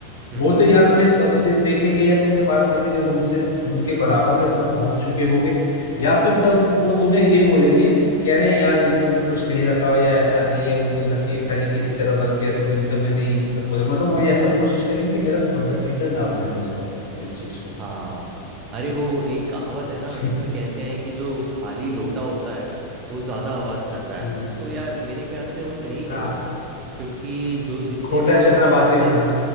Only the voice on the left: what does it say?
वो तो या तुम्हें तब ते- देखेंगे या तुमसे बात करेंगे जब उनसे उनके बराबर का तुम पहुंच चुके होगे या फिर तब वो तुम्हें ये बोलेंगे कि अरे यार इन सब में कुछ नहीं रखा हुआ या ऐसा नहीं है वो तो नसीब था कि किसी तरह बन गया तुम इन सब में नहीं इन सबको मतलब वो ये सब कोशिश करेंगे कि मेरा कंपटीटर ना बने दूसरा इस चीज को
<laughs>
हम्म,
हाँ
खोटा
चना
बाजेगा
ना